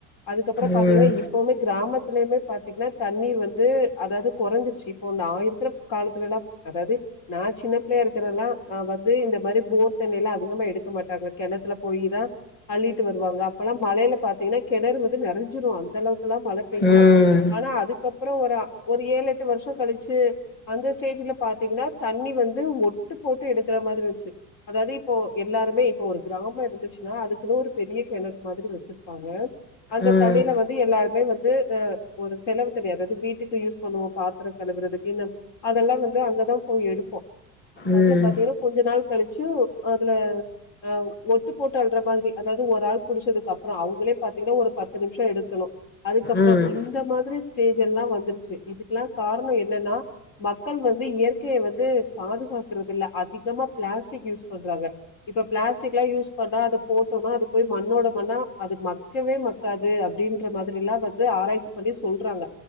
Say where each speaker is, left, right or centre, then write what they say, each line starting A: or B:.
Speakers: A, on the left (about 55°); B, on the left (about 25°).
A: அதுக்கப்ரோ
B: ம்.
A: பாத்தீங்னா இப்பமே கிராமத்துலயுமே பாத்தீங்கன்னா தண்ணீர் வந்து அதாவது கொறைஞ்சிருச்சு இப்போ நா இருக்குற காலத்துலலா அதாவது நா சின்ன பிள்ளையா இருக்குறன்னா வ ந்து இந்த மாரி போர் தண்ணி எல்லா அதிகமா எடுக்க மாட்டாங்க கெணத்துல போயி தா அள்ளிட்டு வருவாங்க அப்பெல்லா மழ ல பாத்தீங்கன்னா கெணறு வந்து நெரஞ்சிரு அந்தளவுக்குலா மழ பெய்யு
B: ம்.
A: ஆனா அதுக்கப்றம் ஒர ஒரு ஏழு எட்டு வருஷோ கழிச்சு அந்த ஸ்டேஜ்ல பாத்தீங்னா தண்ணி வ வந்து ஒட்டு போட்டு எடுக்க க்குற மாதிரி ந்துச்சு அதாது இப்போ எல்லாருமே இப்ப ஒரு கிராம இருந்துச்சுன்னா அதுக்குன்னு ஒரு பெரிய கெணறு மாதிரி வெச்சிருப்பாங்க அந்த
B: ம்.
A: தண்ணில வந்து எல்லாருமே வந்து ஆ ஒரு செலவு தண்ணி அதாது வீட்டுக்கு யூஸ் பண்ணுவோ பாத்திரொ கழுவுறதுக்கு <unintelligible> அதெல்லா வந்து அங்கதா போய் எடுப்போ
B: ம்.
A: அதுல பாத்தீனா <unintelligible> நாள் கழிச்சு அதுல அ ஒட்டு போட்டு அல்ற மாதிரி அதாவது ஒரு ஆள் புடிச்சதுக்கு அப்றோ அவங்ளே பாத்தீங்னா ஒரு பத்து நிம்ஷம் எடுக்கணு அதுக்கப்றோ
B: ம்.
A: இந்த மாதிரி ஸ்டேஜ் எல்லா வந்துருச்சு இதுக்குல்லா காரணோ என்னன்னா மக்கள் வந்து இயற்கையை வந்து பாது காக்குறது இல்ல அதி கமா பிளாஸ்டிக் யூஸ் பண்றாங்க இப்ப பிளாஸ்டிக்லா யூஸ் பண்ணா அத போட்டோனா அது போய் மண்ணோட மண்ணா அது மக்கவே மக்காது அப்டின்ற மாதிரி எல்லா வந்து ஆராய்ச்சி பண்ணி சொல்றாங்க